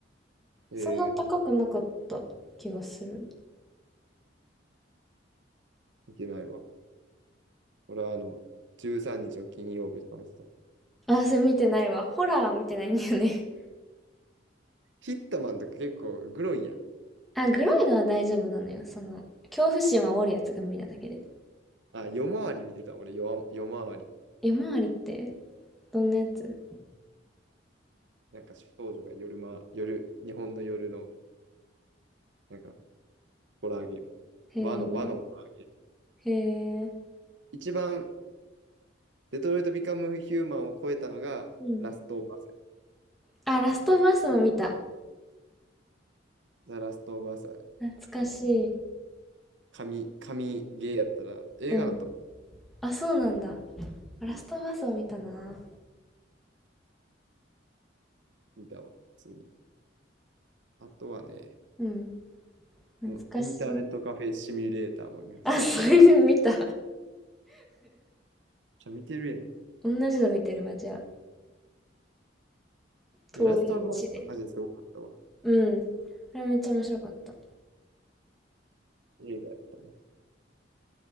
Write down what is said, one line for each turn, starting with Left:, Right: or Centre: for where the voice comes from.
Right: あ。
Centre: そんな高くなかった気がする。
Right: えー、見てないわ。俺はあの、13日の金曜日とか見てたけど。
Centre: あ、それ見てないわ。ホラー見てないんだよね。
Right: ヒットマンとか結構グロいやん。
Centre: あ、グロいのは大丈夫なのよ。その、恐怖心は煽るやつが無理なだけで。
Right: あ、夜回り見てた、俺、夜、夜回り。
Centre: 夜回りってどんなやつ
Right: なんか少女が夜ま、夜、日本の夜の、なんか、ホラーゲーム。
Centre: へえ、
Right: 和の、和のホラーゲーム。
Centre: へえ、
Right: 一番、デトロイト・ビカム・ヒューマンを超えたのが、
Centre: うん。
Right: ラスト・オブ・アス。
Centre: あ、ラストバスも見た。
Right: ザ・ラスト・オブ・アス、
Centre: 懐かしい。
Right: あの、神、神ゲーやったら、映画だったら、
Centre: うん。あ、そうなんだ。ラストバスを見たな。
Right: うん、見たわ、普通に。あとはね、
Centre: うん。懐かしい。
Right: もうインターネットカフェシミュレーターも見ました。
Centre: あ、それで見た。
Right: じゃ見てるやん。
Centre: 同じの見てるわ、じゃあ。遠い地で。
Right: いや、ラスト・オブ・アスはマジですごかったわ。
Centre: うん。あれめっちゃ面白かった。
Right: 映画やったね。